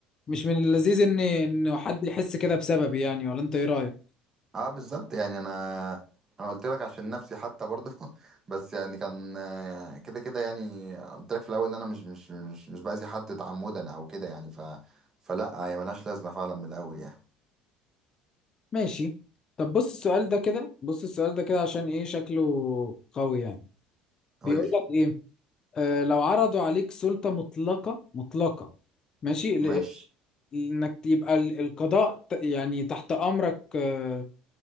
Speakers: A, on the left; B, on the right.
A: مش من اللذيذ ان ان حد يحس كده بسببي يعني ولا انت ايه رايك
B: اه بالظبط يعني انا انا قلت لك عشان نفسي حتى برضه <laughs> بس يعني كان آه، كده كده يعني قلت لك في الاول ان انا مش مش مش مش باذي حد تعمدا او كده يعني ف فلا هي ملهاش لازمه فعلا من الاول يعني
A: ماشي طب بص السؤال ده كده بص السؤال ده كده عشان ايه شكله قوي يعني
B: قول
A: بيقول
B: لي
A: لك ايه آه، لو عرضوا عليك سلطة مطلقة مطلقة ماشي ل-
B: ماشي
A: انك يبقى ال- القضاء ت- يعني تحت امرك آه،